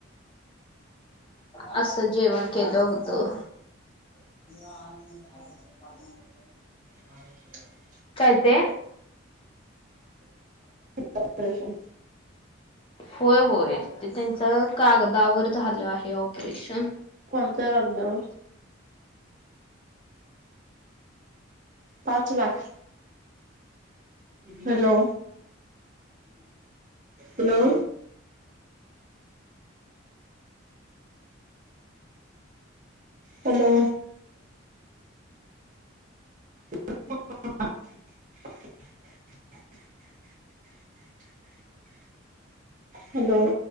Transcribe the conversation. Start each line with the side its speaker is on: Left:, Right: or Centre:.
Left: असं जेवण केलं होतं... आर् का...
Right: हा विय
Left: काय ते...
Right: ऑपरेशन...
Left: होय होय ते त्यांच कागदावर झालं आहे ऑपरेशन..
Right: कोणत्या कागदावर... पाच lakh hello hello.. hello... <inaudible> hello